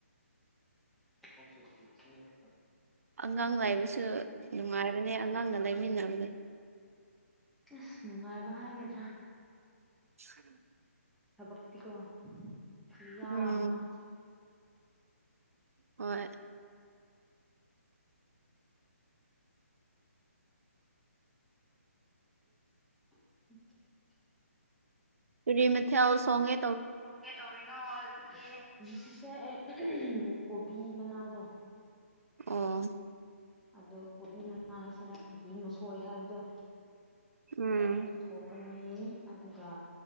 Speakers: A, in the centre; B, on the right.
A: ꯊꯕꯛꯁꯨ ꯁꯨ ꯁꯦ ꯈ꯭ꯔꯕ
B: ꯑꯉꯥꯡ ꯂꯥꯏꯕꯁꯨ ꯅꯨꯡꯉꯥꯏꯕꯅꯦ ꯑꯉꯥꯡꯅ ꯂꯩꯃꯤꯟꯅꯕꯗꯨ
A: ꯑꯁ ꯅꯨꯡꯉꯥꯏꯕ ꯍꯥꯏꯒꯗ꯭ꯔꯥ
B: <inaudible>
A: ꯊꯕꯛꯇꯤꯀꫭ ꯈꯨꯌꯥꯝ
B: ꯎꯝ
A: ꯑꯃ
B: ꯍꯣꯏ
A: <inaudible>
B: ꯄꯨꯔꯤ ꯃꯊꯦꯜ ꯊꯣꯡꯒꯦ
A: ꯊꫭꯡꯒꯦ ꯇꯧꯔꯤꯅꯣ ꯑꯗꯨꯗꯤ ꯉꯁꯤꯁꯦ ꯑꯦ ꯀꯣꯕꯤ ꯃꯅꯥꯗꯣ
B: ꯑꯣ
A: ꯑꯗꯣ ꯀꯣꯕꯤ ꯃꯅꯥ ꯍꯥꯏꯁꯤꯔꯥ ꯀꯣꯕꯤ ꯃꯁꯣꯏ ꯍꯥꯏꯕꯗꯣ
B: ꯎꯝ
A: ꯑꯗꯨ ꯊꯣꯡꯒ ꯅꯤ ꯑꯗꯨꯒ